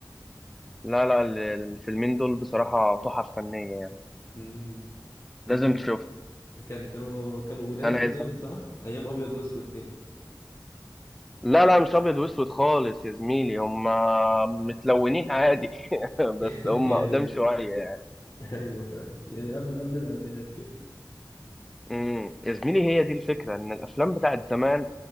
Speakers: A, in the centre; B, on the left.
A: لا لا ال- الفيلمين دول بصراحة تحف فنية يعني
B: مم.
A: لازم تشوف
B: كان كانوا كانوا قدام
A: أنا عايز
B: قدام صح ايام ابيض واسود كده
A: لا لا مش ابيض واسود خالص يا زميلي هم متلونين عادي <laughs>
B: <laughs>
A: بس هم
B: يعني
A: قدام شويه يعني
B: ايوه فاهم يعني قبل قبل الالفينات كده
A: امم يا زميلي هي دي الفكره ان الافلام بتاعت زمان